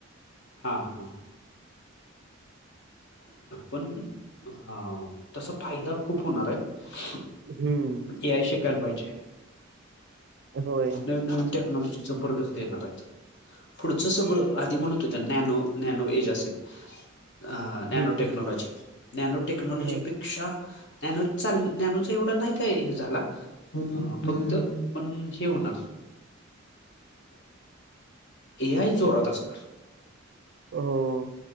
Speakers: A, on the left; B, on the right.
A: हा हा पण ह तसा फायदा खूप होणार आहे
B: हम्म
A: या शिकायला पाहिजे
B: होय
A: नवीन नवीन टेक्नॉलॉजी ज पररदस्त येणार आहेत पुढचं सगळं आधी म्हणत होत नॅनो नॅनो एज असेल अ नॅनो
B: हम्म हम्म
A: टेक्नॉलॉजी नॅनो टेक्नॉलॉजी
B: हा
A: पे ानू चाल नॅानूच एवढं नाही काय हे झाला ह फक्त पण हे होणार ए आय जोरात असणार
B: हो.